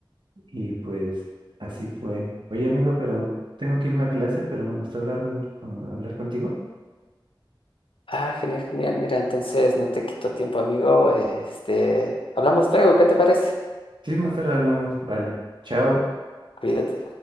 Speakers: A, on the right (about 65°); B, on the left (about 80°).
A: Y pues así fue. Oye, amigo, pero tengo que irme a clase, pero me gustó hablarme, mucho- hablar contigo.
B: Ah, genial, genial. Mira, entonces no te quito tiempo, amigo. Este, hablamos luego, ¿qué te parece?
A: Sí, más tarde hablamos. Vale. Chao.
B: Cuídate.